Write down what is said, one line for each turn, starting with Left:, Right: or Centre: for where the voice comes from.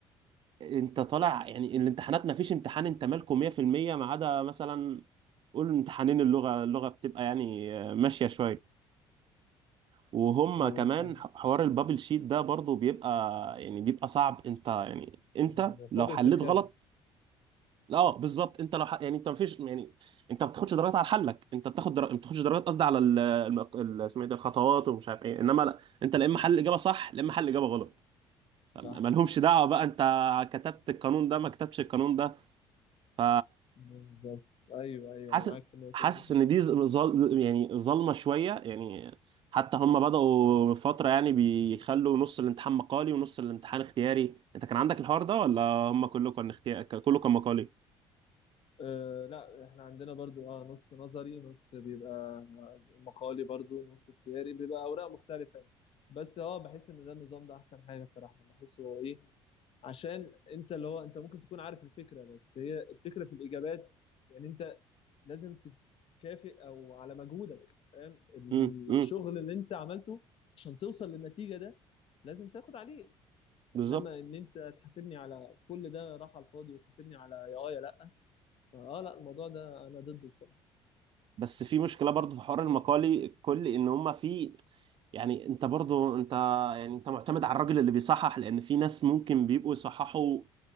Right: فانت طالع يعني الامتحانات ما فيش امتحان انت مالكه 100% ما عدا مثلا قول امتحانين اللغه اللغه بتبقى يعني آه، ماشيه شويه وهم
Left: ايوه
Right: كمان
Left: فاهم
Right: ح- حوار البابل شيت ده برضو بيبقى يعني بيبقى صعب انت يعني انت
Left: إن صابت
Right: لو حليت
Left: يا خابت
Right: غلط لا اه بالظبط انت لو ح... يعني انت مفيش يعني انت ما بتاخدش درجات على حلك انت بتاخد در... ما بتاخدش درجات قصدي على ال... الم- ال... اسمه ايه ده الخطوات ومش عارف ايه انما لا انت لا اما حل الاجابه صح لا اما حل الاجابه غلط فم-
Left: صح
Right: مالهمش دعوه بقى انت كتبت القانون ده ما كتبتش القانون ده ف
Left: بالظبط ايوه ايوه
Right: حاسس
Left: انا معاك في النقطه
Right: حاسس
Left: دي
Right: ان دي ظل ظل- يعني ظلمه شويه يعني حتى هم بدأوا فتره يعني بيخلوا نص الامتحان مقالي ونص الامتحان اختياري انت كان عندك الحوار ده ولا هم كله كان اختياري كله كان مقالي
Left: أه لا احنا عندنا برضو اه نص نظري نص بيبقى مقالي برضو نص اختياري بيبقى اوراق مختلفة يعني. بس اه بحس ان ده النظام ده احسن حاجة بصراحة بحسه هو ايه عشان انت اللي هو انت ممكن تكون عارف الفكرة بس هي الفكرة في الاجابات يعني انت لازم تكافئ او على مجهودك فاهم الشغل
Right: امم امم
Left: اللي انت عملته عشان توصل للنتيجة ده لازم تاخد عليه
Right: بالظبط
Left: انما ان انت تحاسبني على كل ده راح على الفاضي وتحاسبني على يا اه يا لا اه لا الموضوع ده انا ضده بصراحه
Right: بس في مشكله برضه في حوار المقالي كل ان هم في يعني انت برضه انت يعني انت معتمد على الراجل اللي بيصحح لان في ناس ممكن بيبقوا يصححوا